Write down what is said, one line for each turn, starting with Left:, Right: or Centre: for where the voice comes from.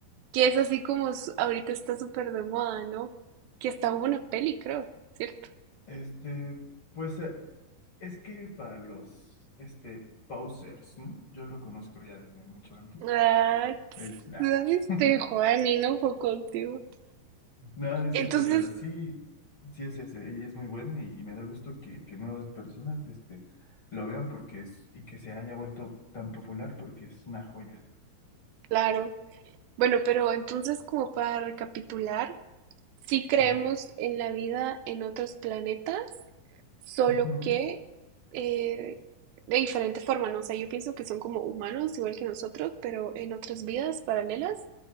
Right: Que es así como s- ahorita está súper de moda, ¿no? Que hasta hubo una peli, creo, ¿cierto?
Left: Este, pues eh, es que para los este, posers, ¿no? Yo lo conozco ya desde mucho antes.
Right: Ah,
Left: Es, nah.
Right: este
Left: <laughs>
Right: Juan y no fue contigo.
Left: No, no es
Right: Entonces,
Left: cierto, pero sí, sí es ese, y es muy bueno, y, y me da gusto que, que nuevas personas este, lo vean porque es, y que se haya vuelto tan popular porque es una joya.
Right: claro. Bueno, pero entonces como para recapitular, sí creemos
Left: Ajá.
Right: en la vida en otros planetas, solo
Left: Ujú.
Right: que eh, de diferente forma, ¿no? O sea, yo pienso que son como humanos, igual que nosotros, pero en otras vidas paralelas.